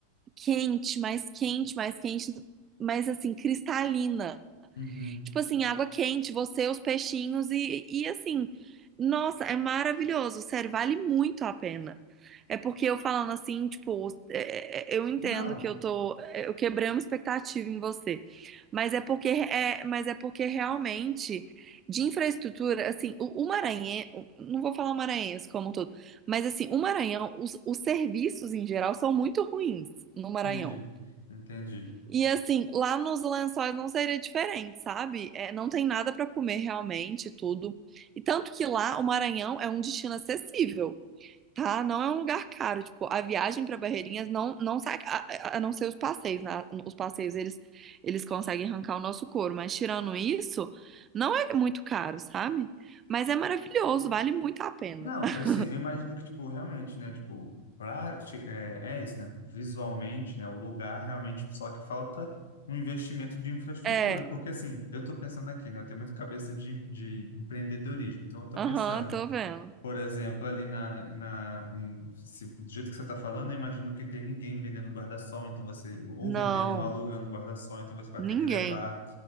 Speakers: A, on the right; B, on the left.
A: quente, mais quente, mais quente, mas assim, cristalina
B: uhum.
A: tipo assim, água quente, você, os peixinhos e, e assim, nossa, é maravilhoso, sério, vale muito a pena. É porque eu falando assim, tipo, é, é, é, eu entendo
B: Não,
A: que eu tô, é, eu quebrei uma expectativa em você, mas é porque é, mas é porque realmente de infraestrutura, assim, o, o Maranhão, não vou falar maranhense como um todo, mas assim, o Maranhão, os, os serviços em geral são muito ruins no Maranhão.
B: entendi, entendi.
A: E assim, lá nos Lençóis não seria diferente, sabe? É, não tem nada para comer realmente, tudo. E tanto que lá o Maranhão é um destino acessível, tá? Não é um lugar caro. Tipo, a viagem para Barreirinhas não não sai, a, a- a não ser os passeios, né? Os passeios eles eles conseguem arrancar o nosso couro, mas tirando isso, não é muito caro, sabe? Mas é maravilhoso, vale muito a pena.
B: Não,
A: <laughs>
B: eu sim, eu imagino que, tipo, realmente, né, tipo, pra, che- é, é isso, né, visualmente, né, o lugar realmente, só que falta um investimento de infraestrutura,
A: É,
B: porque, assim, eu tô pensando aqui, né, eu tenho muito cabeça de, de empreendedorismo, então eu tô
A: aham,
B: pensando,
A: tô vendo.
B: por exemplo, ali na, na em- se- do jeito que você tá falando, eu imagino que tem ninguém vendendo guarda-sol, então você, ou
A: Não,
B: vendendo ou alugando guarda-sol, então você vai
A: ninguém,
B: ter que levar